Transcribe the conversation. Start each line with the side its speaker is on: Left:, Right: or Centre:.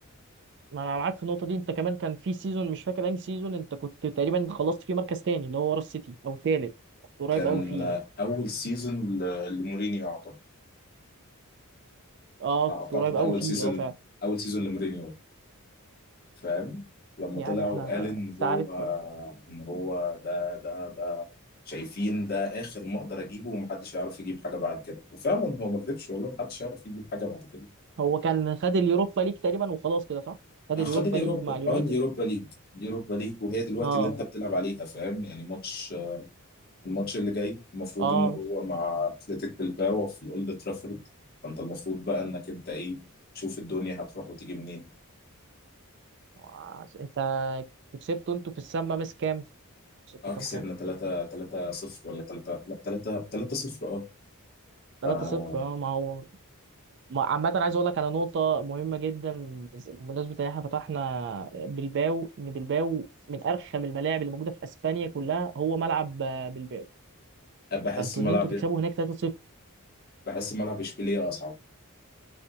Right: ما أنا معاك في النقطة دي أنت كمان كان في سيزون مش فاكر أنهي سيزون أنت كنت تقريبا خلصت فيه مركز تاني اللي هو ورا السيتي أو تالت كنت قريب
Left: كان
Right: أوي فيه ده
Left: اول سيزون ل... لمورينيو اعتقد
Right: أه
Left: اعتقد
Right: كنت قريب أوي
Left: اول
Right: فيه
Left: سيزون
Right: أه فعلا
Left: اول سيزون لمورينيو فاهم لما
Right: يعني
Left: طلع
Right: احنا
Left: وقال ان
Right: انت
Left: هو
Right: عارف
Left: ان هو ده ده ده شايفين ده اخر ما اقدر اجيبه ومحدش يعرف يجيب حاجه بعد كده وفعلا هو ما كذبش والله محدش يعرف يجيب حاجه بعد كده
Right: هو كان خد اليوروبا ليج تقريبا وخلاص كده صح؟ خد
Left: آه،
Right: اليوروبا
Left: خد اليوروبا
Right: ليج مع اليونايتد
Left: اه اليوروبا ليج اليوروبا ليج وهي دلوقتي
Right: اه
Left: اللي انت اه بتلعب عليها فاهم يعني ماتش الماتش اللي جاي المفروض
Right: اه
Left: ان هو مع اتلتيك بالباو في الاولد ترافورد فانت المفروض بقى انك انت ايه تشوف الدنيا هتروح وتيجي منين
Right: وعش- انت كسبته انتوا في السما مس كام؟ كسبته
Left: اه
Right: كام
Left: كسبنا
Right: كام؟
Left: 3 3 0 ولا 3 لا 3 3 0
Right: 3
Left: اه
Right: صفر اه ما هو ما- عامة عايز اقول لك على نقطة مهمة جدا بس- بمناسبة ان احنا فتحنا بلباو ان بلباو من ارخم الملاعب اللي موجودة في اسبانيا كلها هو ملعب آه، بلباو
Left: بحس
Right: فانتوا
Left: ملعب
Right: ان انتوا تكسبوا هناك 3 صفر
Left: بحس ملعب اشبيليه اصعب